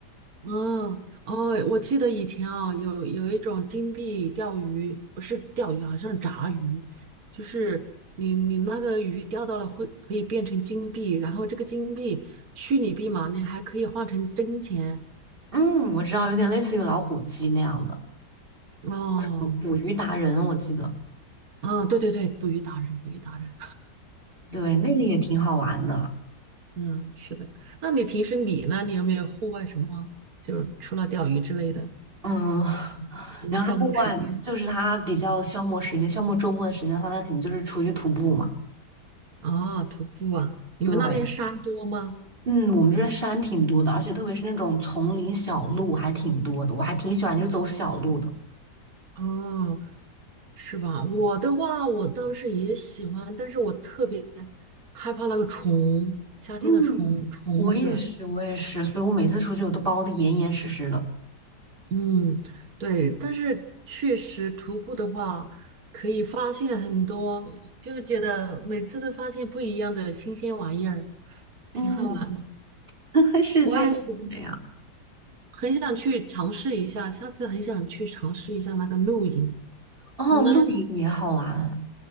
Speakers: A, on the right; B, on the right.
A: 嗯，哦，我记得以前啊，有有一种金币钓鱼，不是钓鱼，好像是炸鱼，就是你你那个鱼钓到了会可以变成金币，然后这个金币虚拟币嘛，你还可以换成真钱。
B: 嗯，我知道，有点类似于老虎机那样的，
A: 哦，
B: 呃捕鱼达人，我记得。
A: 啊，对对对，捕鱼达人，捕鱼达人，
B: 对，那个也挺好玩的。
A: 嗯，是的。那你平时你呢？你有没有户外什么，就是除了钓鱼之类的，
B: 嗯，<laughs>
A: 什么消磨时间？
B: 你要是户外，就是他比较消磨时间，消磨周末的时间的话，他肯定就是出去徒步嘛。
A: 啊，徒步啊，你们那边山多吗？
B: 对。嗯，我们这边山挺多的，而且特别是那种丛林小路还挺多的，我还挺喜欢就走小路的。
A: 哦，是吧？我的话，我倒是也喜欢，但是我特别害怕那个虫，夏天的虫虫子。
B: 嗯，我也是。我也是，所以我每次出去我都包的严严实实的。
A: 嗯，对，但是确实徒步的话，可以发现很多，就觉得每次都发现不一样的新鲜玩意儿，
B: 嗯，
A: 挺好玩的。
B: <laughs> 是这样，
A: 我也喜欢，
B: 是这样。
A: 很想去尝试一下，下次很想去尝试一下那个露营。
B: 哦，
A: 你们
B: 露营也好玩